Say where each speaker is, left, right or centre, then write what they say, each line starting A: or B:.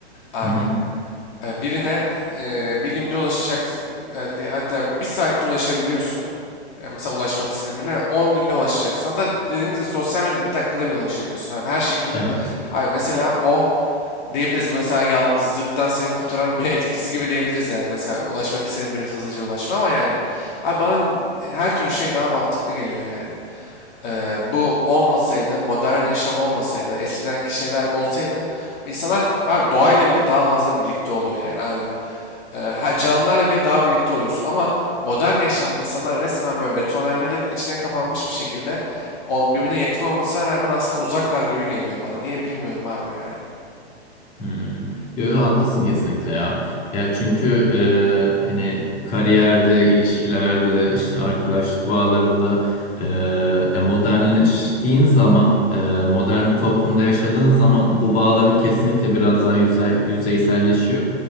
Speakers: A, on the left (about 45°); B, on the left (about 25°).
A: abi.
B: Hı hı.
A: E, birine e, bir günde ulaşacak, e, di- hatta bir saatte ulaşabiliyorsun. E, mesela ulaşmak istediğin birine 10 günde ulaşacaksan da dediğimiz gibi sosyal medyada bir dakikada bile ulaşabiliyorsun. Abi her şekilde
B: Evet.
A: abi mesela o diyebiliriz bu mesela yalnızlıktan seni kurtaran bir <laughs> etkisiz gibi diyebiliriz yani. Mesela ulaşmak istediğin birine hızlıca ulaşma ama yani abi bana her türlü şey daha mantıklı geliyor yani. E, Bu olmasaydı, modern yaşam olmasaydı, eskidenki şeyler olsaydı insanlar abi doğayla bile daha fazla birlikte oluyor yani abi. E, ha, canlılarla bile daha birlikte oluyorsun ama modern yaşamda insanlar resmen ve betonarmelerin içine kapanmış bir şekilde o- birbirine yakın olmasına rağmen aslında uzaklar gibi geliyor bana. Niye bilmiyorum abi yani.
B: Hmm. Yo yo haklısın kesinlikle ya. Ya çünkü e, hani kariyerde, ilişkilerde, işte arkadaşlık bağlarında e, ya modernleştiğin zaman, e, modern bir toplumda yaşadığın zaman bu bağların kesinlikle biraz daha yüzey, yüzeyselleşiyor.